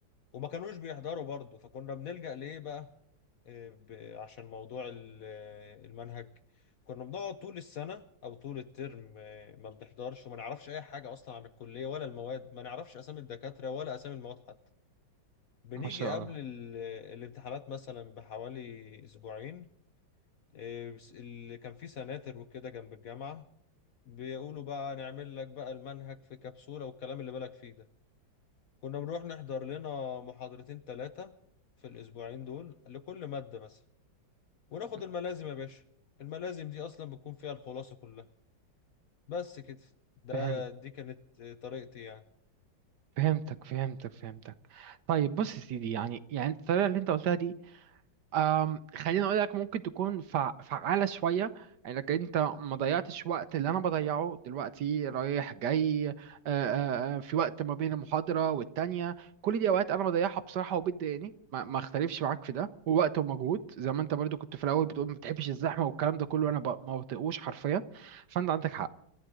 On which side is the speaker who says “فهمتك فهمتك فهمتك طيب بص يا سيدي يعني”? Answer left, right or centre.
Right